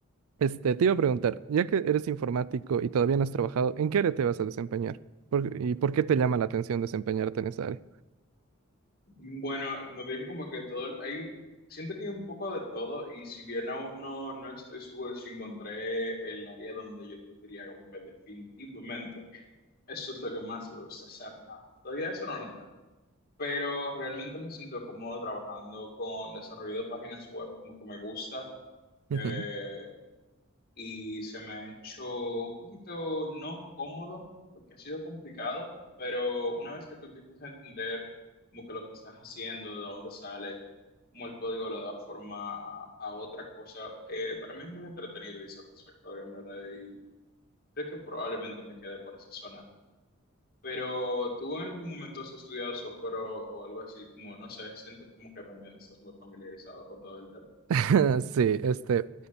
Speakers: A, on the right; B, on the left.
A: Este, te iba a preguntar, ya que eres informático y todavía no has trabajado, ¿en qué área te vas a desempeñar? ¿Por- ¿y por qué te llama la atención desempeñarte en esa área?
B: Bueno, como te dije, como que todo, hay, siento que hay un poco de todo y si bien aún no, no estoy seguro si encontré el área donde yo te diría como que definitivamente, eso es lo que más me gusta hacer, no, todavía eso no lo encuentro. pero realmente me siento cómodo trabajando con desarrollo de páginas web, como que me gusta,
A: Ujú.
B: eh, y se me ha hecho un poquito no cómodo, porque ha sido complicado, pero una vez que tú empiezas a entender como que lo que estás haciendo, de dónde sale, cómo el código le da forma a, a otra cosa, eh, para mí es muy entretenido y satisfactorio, en verdad, y creo que probablemente me quede por esa zona. Pero tú en algún momento has estudiado software o, o algo así, como no sé, siento como que también estás muy familiarizado con todo el tema.
A: <laughs> Sí, este,